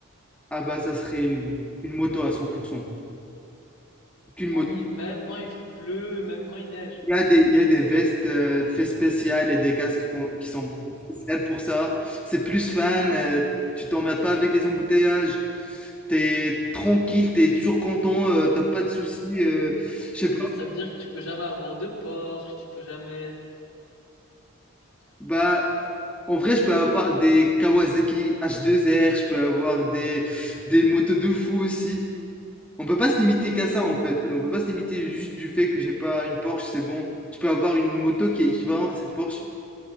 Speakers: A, in the centre; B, on the left.
A: Ah bah, ça serait une, une moto à 100%. Qu'une
B: En
A: moto.
B: hi- même quand il pleut, même quand il neige.
A: Il y a des, il y a des vestes euh, fait spéciales et des casques qui font- qui sont spéciales pour ça. C'est plus fan, euh, tu t'emmerdes pas avec les embouteillages. T'es tranquille, t'es toujours content, euh, t'as pas de soucis. euh, je sais
B: Mais
A: pas.
B: ça veut dire que tu peux jamais avoir de Porsche, tu peux jamais.
A: Bah, en vrai, je peux avoir des Kawasaki H2R, je peux avoir des, des motos de fou aussi. On peut pas se limiter qu'à ça en fait. On peut pas se limiter juste du fait que j'ai pas une Porsche, c'est bon. Je peux avoir une moto qui est équivalente à cette Porsche.